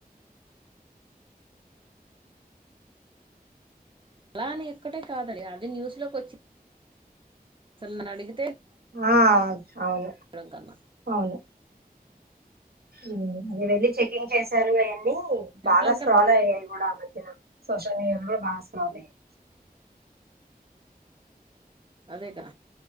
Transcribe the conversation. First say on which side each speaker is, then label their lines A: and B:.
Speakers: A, on the right; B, on the right.
A: అలా అనే ఇక్కడే కాదది అది న్యూస్ లోకి వచ్చి చల్లన అడిగి
B: ఆ అవును
A: కన్నా
B: అవును ఉ అది వెళ్ళి చెకింగ్ చేసారు అయన్నీ హుమ్
A: ఇంట్లో
B: బాగా
A: ఉంటే
B: స్క్రాల్ అయ్యాయి కూడా ఆమధ్యన సోషల్ మీడియాలో కూడా బాగా స్కృల్ అయ్యాయి.
A: అదే గా